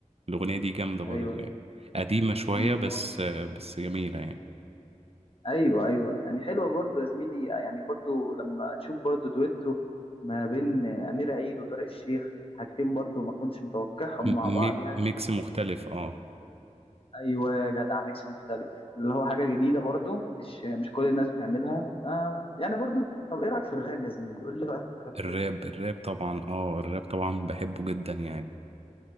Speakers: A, on the right; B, on the left.
A: الاغنيه دي جامده برضو
B: ايوه
A: يعني قديمه شويه
B: امم
A: بس
B: والله.
A: بس جميله يعني
B: ايوه ايوه يعني حلوه برضو يا زميلي يعني برضو لما تشوف برضو دويتو ما بين امير عيد وطارق الشيخ حاجتين برضو ما كنتش متوقعهم
A: م-
B: مع بعض
A: ميك-
B: يعني
A: ميكس مختلف اه
B: ايوه يا جدع ميكس مختلف اللي هو حاجه جديده برضو مش مش كل الناس بتعملها ف يعني برضو طب ايه رايك في الراب يا زميلي قول لي رايك في الراب
A: الراب
B: كده
A: الراب طبعا اه الراب طبعا بحبه جدا يعني